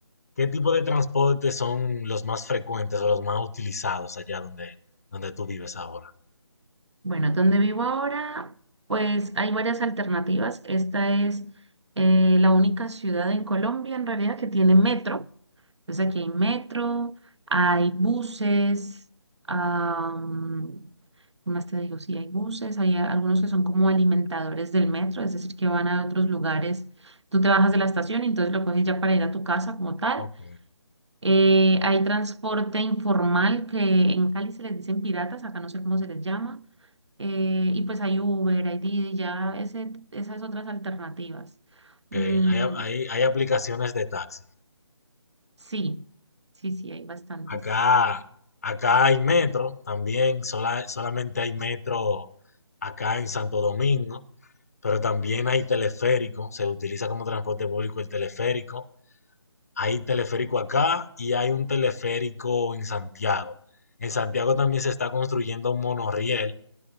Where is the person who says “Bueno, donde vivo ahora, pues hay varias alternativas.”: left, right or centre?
Right